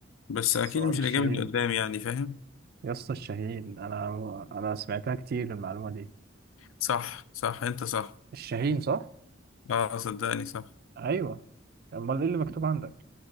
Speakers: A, on the left (about 80°); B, on the right (about 50°).
A: بس
B: صقر
A: اكيد مش
B: الشاهين
A: الاجابه اللي قدام يعني فاهم
B: يا اسطى الشاهين أنا أنا سمعتها كتير المعلومة دي
A: صح صح انت صح
B: الشاهين صح؟
A: اه صدقني صح
B: أيوه أمال إيه اللي مكتوب عندك؟